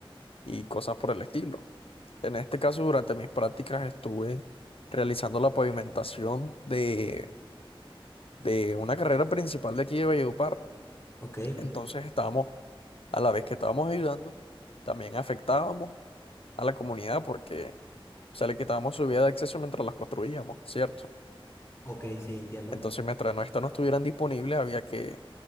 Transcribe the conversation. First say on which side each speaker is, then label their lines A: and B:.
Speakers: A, on the left; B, on the left.
A: y cosas por el estilo. En este caso, durante mis prácticas estuve realizando la pavimentación de, de una carrera principal de aquí de Valledupar.
B: ok,
A: Entonces estábamos, a la vez que estábamos ayudando, también afectábamos a la comunidad porque se le quitábamos su vía de acceso mientras las construíamos, ¿cierto?
B: ok, sí, entiendo.
A: Entonces, mientras no, estas no estuvieran disponibles, había que,